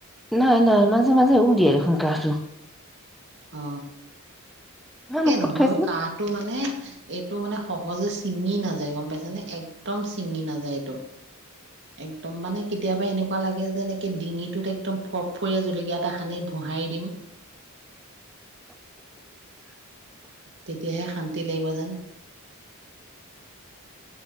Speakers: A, in the centre; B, on the right (about 55°).
A: নাই-নাই মাজে-মাজে উহ দিয়ে দেখোন কাঁহটো।
B: অ এই
A: ঔষধ
B: নহয়
A: খাইছো।
B: অ কাঁহটো মানে এইটো মানে সহজে ছিঙি নাযায় গম পাইছা নে একদম ছিঙি নাযায় এইটো। একদম মানে কেতিয়াবা এনেকোৱা লাগে যেনে একে ডিঙিটোত একদম ফফফৰীয়া জলকীয়া এটা সানি ভোহাৰি দিম। তেতিয়াহে শান্তি লাগিব যেন।